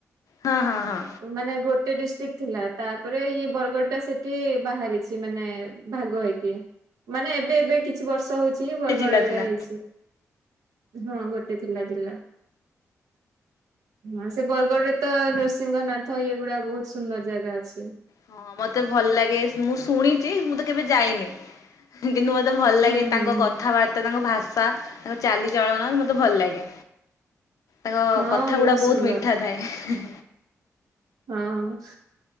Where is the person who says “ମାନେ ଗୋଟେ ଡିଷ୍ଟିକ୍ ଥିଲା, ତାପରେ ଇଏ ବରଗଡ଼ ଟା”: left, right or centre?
Right